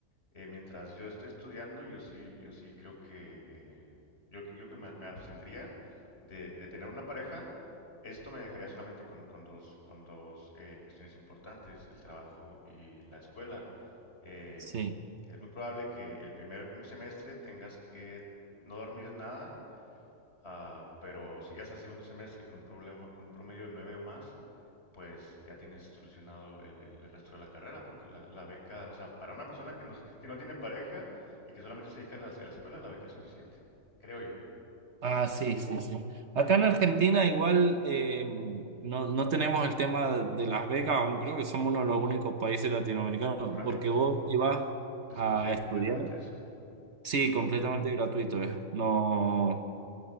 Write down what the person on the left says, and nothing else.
eh, mientras yo esté estudiando, yo sí, yo sí creo que eh, yo, que- yo que me, me abstendría de, de tener una pareja. Esto me dejaría solamente con, con dos, con dos eh, cuestiones importantes, el trabajo y la escuela. Em,
es muy probable que el primer semestre tengas que no dormir nada Ah, pero si llegas al segundo semestre con un problema, con un promedio de 9 o más, pues ya tienes solucionado el, el- el resto de la carrera, porque la, la beca, o sea, para una persona que no, <laughs> que no tiene pareja y que solamente se dedica a la, a la escuela, la beca es suficiente, creo yo.
Rayos,
desconocía
completamente eso.
Ujú,